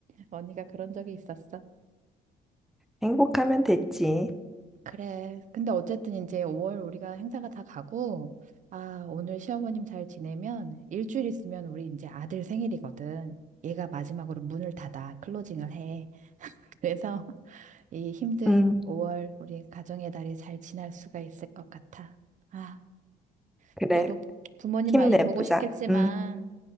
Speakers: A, on the right (about 45°); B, in the centre.
A: 언니가 그런 적이 있었어.
B: 행복하면 됐지.
A: 그래. 근데 어쨌든 이제 5월 우리가 행사가 다 가고, 아, 오늘 시어머님 잘 지내면 일주일 있으면 우리 이제 아들 생일이거든. 얘가 마지막으로 문을 닫아, 클로징을 해. 그래서 <laughs> 이 힘든
B: 음,
A: 5월 우리 가정의 달이 잘 지날 수가 있을 것 같아. 아,
B: 그래.
A: 너도 부모님
B: 힘내보자.
A: 많이 보고 싶겠지만,
B: 음,